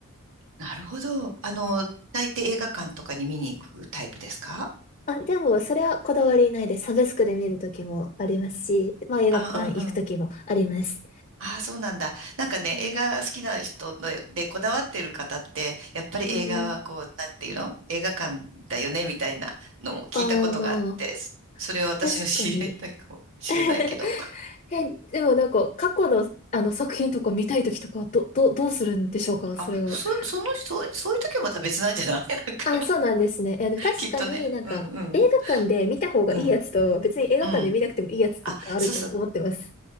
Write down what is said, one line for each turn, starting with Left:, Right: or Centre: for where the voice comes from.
Right: なるほど。あの、大抵映画館とかに見に行くタイプですか
Left: あ、でも、それはこだわりないです。サブスクで見るときもありますし、まあ映画館行くときもあります。
Right: あ、ああ、そうなんだ。なんかね、
Left: うん
Right: 映画好きな人のでこだわってる方って、やっぱり映画はこう、
Left: うんうん。
Right: なんていうの映画館だよねみたいなのを聞いたことがあって、
Left: ああ、まあ、
Right: そそれは私の知り合いだかもしれないけど。
Left: 確かに。<laughs> え、でもなんか過去の、あの作品とか見たい時とかはど、ど、どうするんでしょうか、
Right: あ、
Left: それは。
Right: そ、その、そう、そういう時はまた別なんじゃない <laughs> なんか、
Left: あ、そうなんですね。え、でも確かになんか映画館で見た方がいいやつと別に映画館で見なくてもいいやつがあると思ってます。
Right: きっとね。うんうん。うん。うん。あ、そうそう。